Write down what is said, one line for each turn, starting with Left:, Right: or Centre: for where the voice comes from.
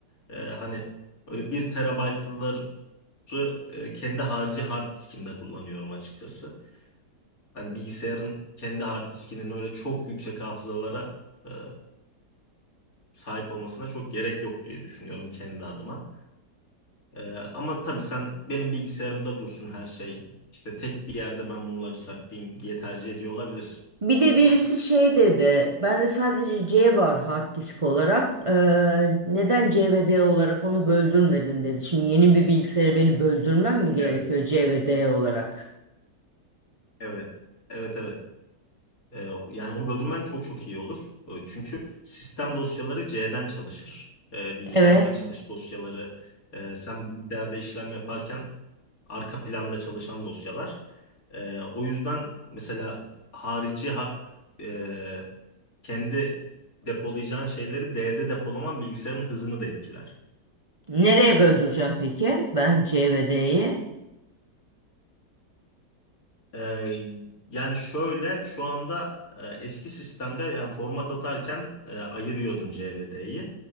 Left: E, hani öyle bir terabaytlar e, kendi harici hard diskimde kullanıyorum açıkçası. Hani bilgisayarın kendi hard diskinin öyle çok yüksek hafızalara e, sahip olmasına çok gerek yok diye düşünüyorum kendi adıma. E, ama tabii sen benim bilgisayarımda dursun her şey. İşte tek bir yerde ben bunları saklayayım diye tercih ediyor olabilirsin.
Right: Bir
Left: Çok
Right: de birisi
Left: doğal.
Right: şey dedi. Bende sadece C var hard disk olarak. Ee, neden C ve D olarak onu böldürmedin dedi. Şimdi yeni bir bilgisayarı beni böldürmem mi gerekiyor
Left: Evet.
Right: C
Left: Evet.
Right: ve D olarak?
Left: Evet evet. evet. Ee, yani onu böldürmen çok çok iyi olur. Ee, Çünkü sistem dosyaları C'den çalışır. Ee, bilgisayar
Right: Evet.
Left: açılış dosyaları, e, sen bilgisayarda işlem yaparken arka planda çalışan dosyalar. Ee, o yüzden mesela harici ha- e, kendi depolayacağın şeyleri D'de depolaman bilgisayarın hızını da etkiler.
Right: Nereye böldüreceğim peki? Ben C ve D'yi.
Left: Ee, yani şöyle şu anda e, eski sistemde yani format atarken e, ayırıyordun C ve D'yi.